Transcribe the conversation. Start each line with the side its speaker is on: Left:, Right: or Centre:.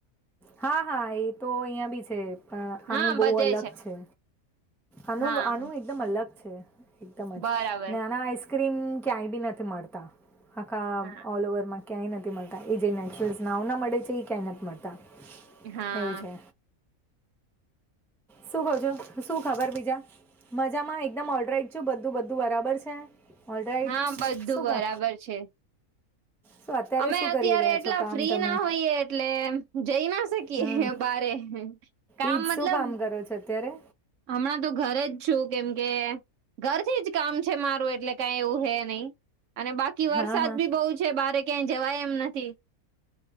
Centre: હા હા એ તો અહિયાં બી છે પણ આનું
Right: હા
Centre: બહુ
Right: બધે
Centre: અલગ છે. આનું
Right: હા
Centre: આનું એકદમ અલગ છે એકદમ જ
Right: બરાબર
Centre: અને આના આ આ ક્રીમ ક્યાંય બી નથી મળતા હકા
Right: હા
Centre: ઓલ ઓવરમાં ક્યાંય નથી મળતા એ જે નેચરસ નાવના મળે છે એ ક્યાંય નથી મળતા.
Right: હા.
Centre: એવું છે શું કહ છો શું ખબર બીજા મજામાં એકદમ ઓડરાઈટ છું બધું બધું બરાબર છે ઓલરાઈટ
Right: હા બધું
Centre: શું
Right: બરાબર
Centre: કર
Right: છે.
Centre: શું અત્યારે
Right: અમે
Centre: શું
Right: અત્યારે
Centre: કરી રહ્યા
Right: એટલા
Centre: છો કામ
Right: ફ્રી
Centre: તમે
Right: ના હોઈયએ એટલે જઈ ના શકીએ
Centre: હા
Right: બારે. કામ
Centre: એ જ
Right: મતલબ
Centre: શું કામ કરો છો અત્યારે?
Right: હમણાં તો ઘરે જ છું કેમ કે ઘરથી જ કામ છે મારું એટલે કઈ એવું હે નહી અને બાકી કે વરસાદ
Centre: હા હા
Right: બી બહુ છે બારે ક્યાંય જવાય એમ નથી.